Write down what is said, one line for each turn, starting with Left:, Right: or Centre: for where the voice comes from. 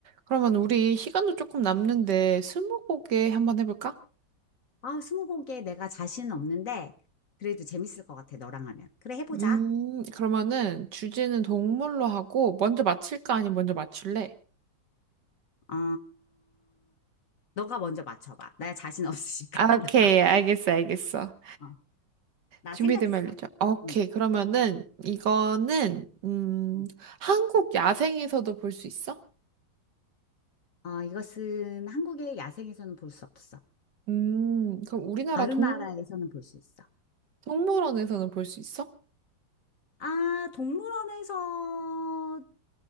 Right: 그러면 우리 시간도 조금 남는데 스무고개 한번 해볼까?
Left: 아, 스무고개 내가 자신은 없는데, 그래도 재밌을 것 같아, 너랑 하면. 그래, 해보자.
Right: 음, 그러면은 주제는 동물로 하고 먼저 맞힐까 아니면 먼저 맞출래?
Left: 어, 너가 먼저 맞춰봐. 나 자신 없으니까,
Right: 아,
Left: <laughs>
Right: 오케이,
Left: 너가.
Right: 알겠어, 알겠어.
Left: 어, 나
Right: 준비되면
Left: 생각했어.
Right: 알려줘. 오케이,
Left: 응,
Right: 그러면은 이거는 음,
Left: 응.
Right: 한국 야생에서도 볼 수 있어?
Left: 어, 이것은 한국의 야생에서는 볼 수 없어.
Right: 음, 그럼 우리나라
Left: 다른
Right: 동,
Left: 나라에서는 볼 수 있어.
Right: 동물원에서는 볼 수 있어?
Left: 아, 동물원에서도